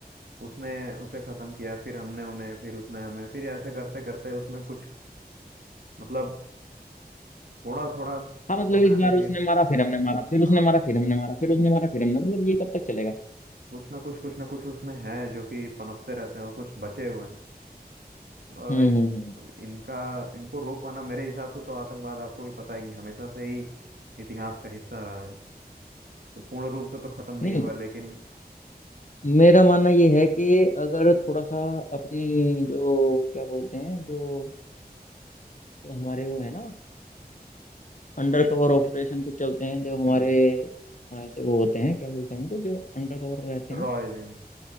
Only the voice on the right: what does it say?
उसने उसे खत्म किया फिर हमने उन्हें फिर उसने हमें फिर ऐसे करते करते उसमें कुछ मतलब थोड़ा थोड़ा
होता
है
ना कि
हाँ
कुछ ना कुछ कुछ ना कुछ उसमें है जो कि पनपते रहते हैं वो कुछ बचे हुए हैं तो अगर
इनका इनको रोक पाना मेरे हिसाब से तो आतंकवाद आपको भी पता है कि हमेशा से ही इतिहास का हिस्सा रहा है तो पूर्ण रूप से तो खत्म नहीं
होगा लेकिन
हम्म
Raw agents